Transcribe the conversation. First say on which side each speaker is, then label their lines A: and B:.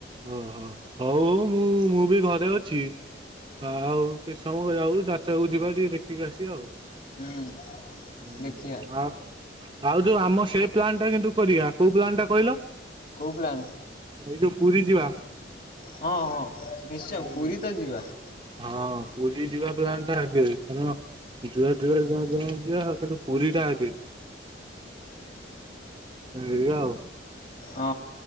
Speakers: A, on the right (about 25°); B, on the left (about 45°).
A: ଓହୋ ହଉ-ହ ମୁଁ ମୁଁ ବି ଘ ଛି ଆଉ କିଛ୍ ସମୟ ଯାଉ ଯାତ୍ରାକୁ ଯିବା ଟିକେ ଦେଖିକି ଆସିବା ଆଉ।
B: ହୁଁ
A: ହଁ ହଁ
B: ଦେଖିଆ
A: ଆ ଆଉ ଯୋଉ ଆମ ସେ ପ୍ଲାଣ୍ଟ୍ କିନ୍ତୁ କରିବା କୋଉ ପ୍ଲାନ୍ ଟା କହିଲ?
B: କୋଉ ପ୍ଲାନ୍?
A: ଏଇ ଯୋଉ ପୁରୀ ଯିବା
B: ହଁ ହଁ ନିଶ୍ଚୟ
A: ହୁଁ
B: ପୁରୀ ତ ଯିବା।
A: ହଁ ପୁରୀ ଯିବା ପ୍ଲାନ୍ ଟା ଆଗେ ହଁ ଯୁଆ ଯା-ଯା-ଯା-ଯା-ଯା କିନ୍ତୁ ପୁରୀ ଟା ଆଗେ ଏଇଆ ଆଉ।
B: ହଁ